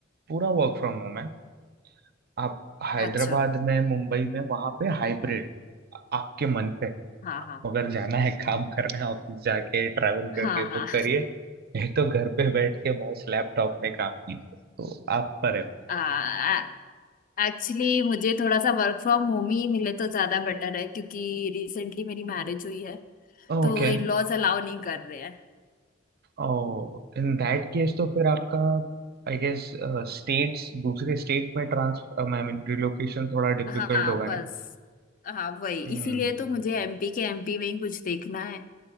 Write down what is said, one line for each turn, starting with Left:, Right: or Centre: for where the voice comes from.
Right: पूरा वर्क फ्रॉम होम है आप हैदराबाद
Left: अच्छा
Right: में मुंबई में वहाँ पे हाइब्रिड आपके मन पे
Left: हाँ
Right: आपको
Left: हाँ
Right: अगर जाना है काम करना है ऑफिस जाके ट्रैवल करके
Left: हाँ
Right: तो करिए नहीं तो घर पे बैठ के बस लैपटॉप में काम कीजिए तो आप पर है
Left: हाँ एक्चुअली मुझे थोड़ा सा वर्क फ्रॉम होम ही मिले तो ज्यादा बेटर है क्योंकि रिसेंटली मेरी मैरिज हुई है
Right: Okay
Left: तो इन लॉज अलाउ नहीं कर रहे हैं
Right: Oh in that case तो फिर आपका आई गेस स्टेट्स दूसरे स्टेट में ट्रांसफर आई मीन रिलोकेशन थोड़ा डिफिकल्ट
Left: हाँ
Right: होगा
Left: बस
Right: नहीं
Left: हाँ वही
Right: हम्म
Left: इसीलिए तो मुझे एमपी के एमपी में ही कुछ देखना है